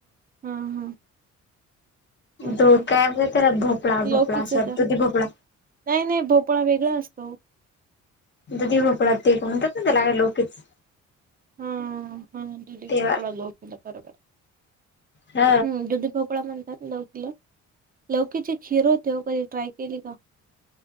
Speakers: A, on the right; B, on the left.
A: हा. हा. मस्त
B: दो काय ग तेला, भोपळा- भोपळा,
A: लोकीच
B: स
A: द
B: दुधी भोपळा
A: नाही- नाही, भोपळा वेगळा असतो.
B: दुधी भोपळा ते म्हणतात ना त्याला, लोकिच.
A: हा हा दुधी
B: तेव्हा
A: भोपळा लोकीला, बरोबर.
B: ह
A: हं, दुधीभोपळा म्ह लोकला. लौकीची खीर होते ओ. कधी ट्राय केली का?